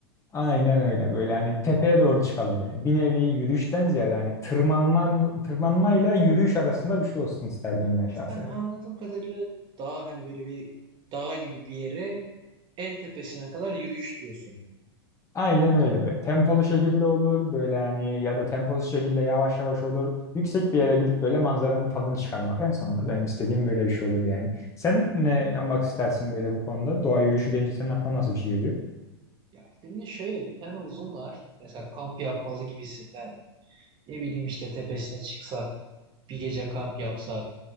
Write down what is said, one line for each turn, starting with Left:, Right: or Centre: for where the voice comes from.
Left: Aynen öyle böyle hani tepeye doğru çıkalım böyle. Bir nevi yürüyüşten ziyade hani tırmanma, tırmanmayla yürüyüş arasında bir şey olsun isterdim ben
Right: Ha,
Left: şahsen.
Right: sen anladığım kadarıyla dağ hani böyle bir dağ gibi bir yere en tepesine kadar yürüyüş diyorsun.
Left: Aynen öyle böyle. Tempolu şekilde olur böyle hani ya da temposuz şekilde yavaş yavaş olur. Yüksek bir yere gidip böyle manzaranın tadını çıkarmak en sonunda. Benim istediğim böyle bir şey olurdu yani. Sen ne yapmak istersin böyle bu konuda? Doğa yürüyüşü deyince senin aklına nasıl bir şey geliyor?
Right: Ya şimdi şöyle bir tane uzun var. Mesela kamp yapmalı gibisinden. Ne bileyim işte tepesine çıksak, bir gece kamp yapsak,